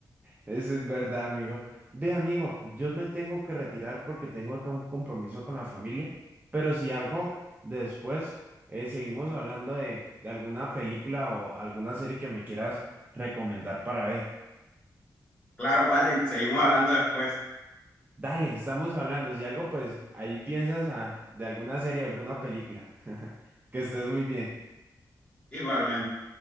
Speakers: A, on the right (about 25°); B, on the left (about 15°).
A: eso es verdad, amigo. Ve, amigo, yo me tengo que retirar porque tengo acá un compromiso con la familia, pero si algo, después eh, seguimos hablando de, de alguna película o alguna serie que me quieras recomendar para ver.
B: Claro, Patrick, seguimos hablando después,
A: Dale, estamos hablando. Si algo, pues ahí piensas ah, de alguna serie o alguna película. <laughs> Que estés muy bien.
B: igualmente.